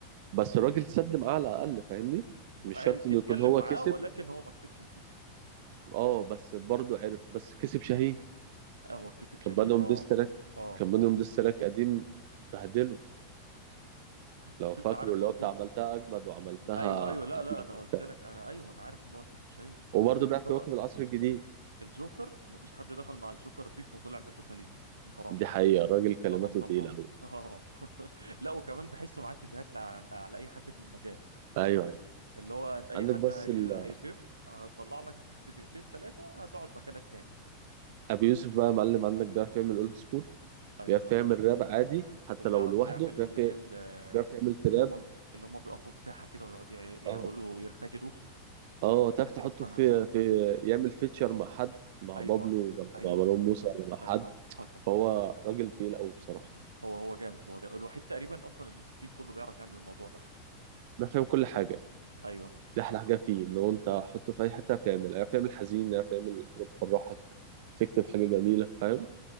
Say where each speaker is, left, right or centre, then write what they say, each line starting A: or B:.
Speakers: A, on the right; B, on the right.
A: بس الراجل سد معاه على الاقل فاهمني مش
B: عرف
A: شرط انه
B: يتكلم
A: يكون هو
B: معاه
A: كسب
B: ولكن هو ما كسبش البيف
A: اه بس برضه عرف بس كسب شاهين
B: آه، هو كسب شاهين
A: كان بينهم
B: اه
A: ديستراك
B: اه
A: كان بينهم
B: اه
A: ديستراك قديم بهدله لو
B: بس
A: فاكره
B: انت عارف
A: اللي
B: برضو
A: هو بتاع عملتها اجمد وعملتها
B: ايوه ايوه لا
A: قبلك
B: لا انا
A: وبتاع
B: قلت لك انا ايوه انا عارف ان هو كسب شاهين
A: وبرضه
B: بس
A: بيعرف
B: هو
A: يواكب العصر الجديد
B: الجوكر مفيش حد دخل مع الجوكر بيف وطلع منه سليم بصراحة
A: دي حقيقة الراجل كلماته
B: بأمانة الله
A: تقيلة أوي
B: <laughs> اه لا وكمان بحسه معاه سيديهات لع- على اي حد في المجال
A: أيوه أيوه
B: اللي هو اي
A: عندك
B: حد
A: بس
B: هي...
A: ال...
B: هيبم هتطلع لك سيديهتين ثلاثة هتقعد مكانك تاني
A: أبي يوسف بقى يا معلم عندك بيعرف يعمل أولد سكول
B: ايوه
A: بيعرف
B: حصل
A: يعمل راب عادي حتى
B: وبيعرف
A: لو لوحده
B: يعمل
A: بيعرف
B: اللي
A: ي-
B: هي ال-
A: بيعرف يعمل تراب
B: اللي هم اللي هم بيقفوا في ساحة كده ويقعدوا ي-
A: اه
B: يقولوا يرتجلوا
A: اه تعرف
B: ناسي
A: تحطه
B: اسمها
A: في في يعمل فيتشر مع حد مع
B: ايوه
A: بابلو ولا
B: ايوه
A: مع مروان موسى ولا مع حد
B: ايوه حصل
A: فهو راجل تقيل قوي بصراحة
B: هو هو جامد هو جامد الوحيد تقريبا اصلا اللي في السين كله بيعرف يعمل الموضوع ده
A: أنا فاهم كل حاجة
B: ايوه
A: دي أحلى حاجة فيه إن هو أنت حطه في أي حتة هيعرف يعمل هيعرف يعمل حزين هيعرف يعمل حاجة تفرحك تكتب حاجة جميلة فاهم